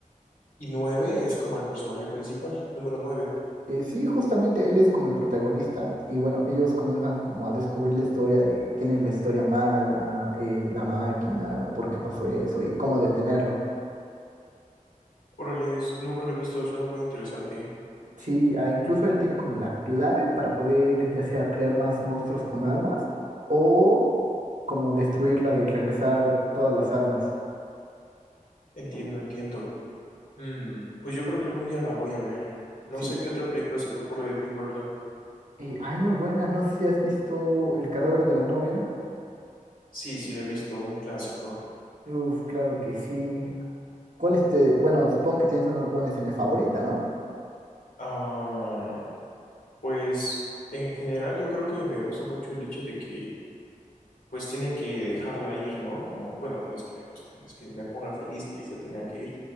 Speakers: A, on the left; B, on the right.
A: Y Nueve es como el personaje principal, número nueve.
B: Eh, sí, justamente él es como el protagonista, y bueno, ellos comienzan como a descubrir la historia de quién es la historia mala, eh, la máquina, por qué pasó eso y cómo detenerlo.
A: Órale, es- nunca lo he visto, suena muy interesante.
B: Sí, ah, incluso él tiene como la clave para poder ya sea crear más monstruos con almas o como destruirla y regresar todas las almas.
A: Entiendo, entiendo. Mm, pues yo creo que algún día la voy a ver. No
B: Sí,
A: sé qué otra película se te ocurre de Tim Burton.
B: y hay muy buenas, no sé si has visto El cadáver de la novia.
A: Sí, sí, la he visto, un clásico.
B: Uf, claro que sí. ¿Cuál este? Bueno, supongo que tienes una, buena escena favorita, ¿no?
A: Ah, pues en general yo creo que me gusta mucho el hecho de que pues tiene que dejarla ir, ¿no? Como, bueno, no es que me guste, no es que me ponga feliz que se tengan que ir,